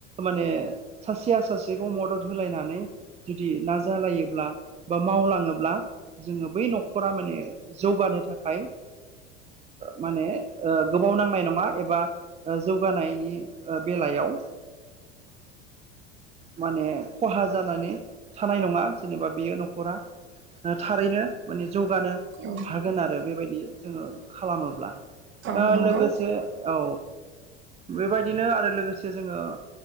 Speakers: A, on the right; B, on the right.
A: माने सासेया सासेखौ मदद होलायनानै जुदि नाजालायोब्ला बा मावलाङोब्ला जोङो बै न'खरा माने जौगानो थाखाय माने गोबाव नांनाय नङा एबा जौगानायनि बेलायाव माने खहा जानानै थानाय नङा जेनेबा बियो न'खरा थारैनो माने जौगानो
B: औ
A: हागोन आरो बेबायदि जोङो खालामोब्ला
B: औ नंगौ
A: लोगोसे औ बेबायदिनो आरो लोगोसे जोङो